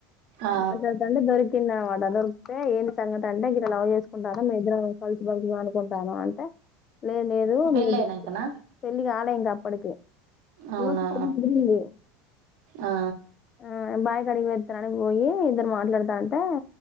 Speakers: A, on the right; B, on the left.
A: ఆ
B: మాట్లాడుతాంటే దొరి కిందనమాట దొరికితే ఏంది సంగతి అంటే గిట్ల లవ్ చేసుకుంటాన్నం. మేము ఇద్దరం కలిసి బ్రతుకుదాం అనుకుంటాన్నం. అంటే లేదు
A: పెళ్ళి
B: లేదు
A: అయినంకనా
B: పెళ్ళి కాలే ఇంక అప్పటికి
A: అవునా
B: ఈమకు పెళ్లి కుదిరింది.
A: ఆ
B: అ బాయికాడికి పోయిత్తానని పోయి ఇద్దరు మాట్లాడతాంటే